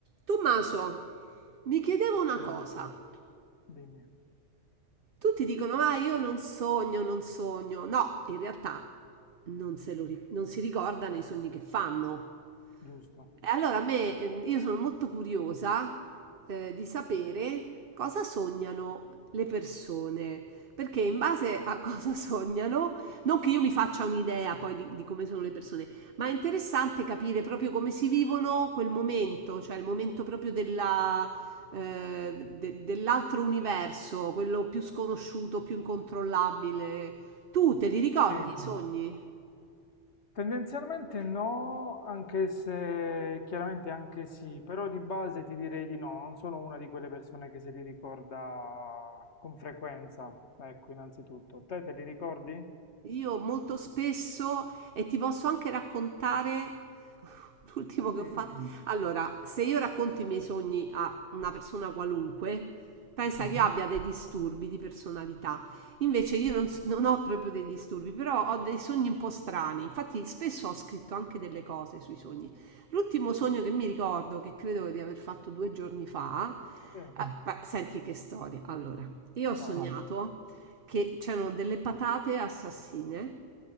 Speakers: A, on the right; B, on the left.
A: Tommaso, mi chiedevo una
B: Hai
A: cosa.
B: ragione, dimmi,
A: Tutti dicono, ah, io non sogno, non sogno. No, in realtà non, se lo ri- non si ricordano i sogni che fanno.
B: giusto.
A: E allora a me, ehm, io sono molto curiosa, eh, di sapere cosa sognano le persone, perché in base a <laughs> cosa sognano, non che io mi faccia un'idea poi di, di come sono le persone, ma è interessante capire proprio come si vivono quel momento, cioè il momento proprio della, eh, de- dell'altro universo, quello più sconosciuto, più incontrollabile. Tu te li ricordi
B: Sì,
A: i sogni?
B: tendenzialmente no, anche se chiaramente anche sì, però di base ti direi di no, non sono una di quelle persone che se li ricorda con frequenza, ecco, innanzitutto. Te te li ricordi?
A: Io molto spesso, e ti posso anche raccontare uh, l'ultimo che
B: Dimmi.
A: ho fatto Allora, se io racconto i miei sogni a una persona qualunque, pensa
B: Mhm.
A: che abbia dei disturbi di personalità. Invece io non, s- non ho proprio dei disturbi, però ho dei sogni un po' strani. Infatti spesso ho scritto anche delle cose sui sogni. L'ultimo sogno che mi ricordo, che credo di aver fatto due giorni fa,
B: Sì,
A: eh, Mm. beh, senti che storia. Allora, io ho Vai.
B: vai.
A: sognato che c'erano delle patate assassine